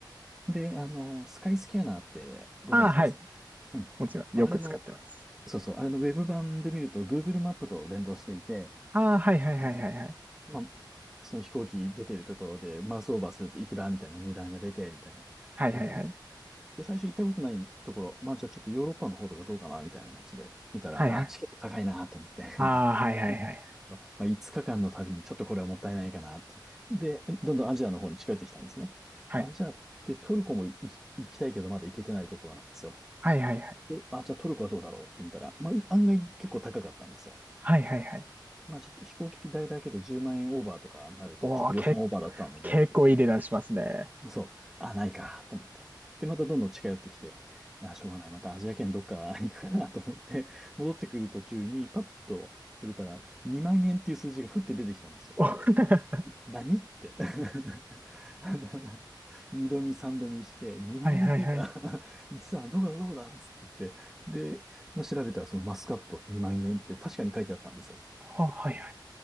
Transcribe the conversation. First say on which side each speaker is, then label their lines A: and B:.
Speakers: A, in the centre; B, on the right (about 20°).
A: で、あの、スカイスキャナーってご存知ですか
B: ああ、はい。
A: うん。
B: もちろん、
A: まあ、
B: よく使ってます。
A: あれの、そうそう、あれのウェブ版で見ると Google マップと連動していて、
B: ああ、はいはいはいはいはい。
A: あのまあ、その飛行機出てるところでマウスオーバーするといくらみたいな値段が出て、みたいな。
B: はいはいはい。
A: なってで、最初行ったことないところ、まあじゃあちょっとヨーロッパの方とかどうかな、みたいな感じで見たら、
B: はいはい。
A: あ、チケット高いなと思って
B: ああ、はいはいはい。
A: <laughs> まあ5日間の旅にちょっとこれはもったいないかなって。で、どんどんアジアの方に近寄ってきたんですね。
B: はい。
A: アジアってトルコもい行きたいけどまだ行けてないところなんですよ。
B: はいはいはい。
A: で、あ、じゃあトルコはどうだろうって見たら、まあい案外結構高かったんですよ。
B: はいはいはい。
A: まあちょっと飛行機代だけで10万円オーバーとかなると、
B: おお、
A: ちょっと予算オーバーだったので、
B: け、結構いい値段しますね。
A: そう。あ、ないか、と思って。で、またどんどん近寄ってきて、あ、しょうがない。またアジア圏どっか <laughs> 行くかなと思って、戻ってくる途中にパッと触れたら、2万円っていう数字がふって出てきたんですよ。
B: お <laughs> は
A: 何って。<laughs> あの、二度見三度見して、2万円って今
B: いはいはい。
A: <laughs> 言ってたのどこだどこだっつって言って、で、まあ、調べたらそのマスカット2万円って確かに書いてあったんですよ。
B: は、はいはい。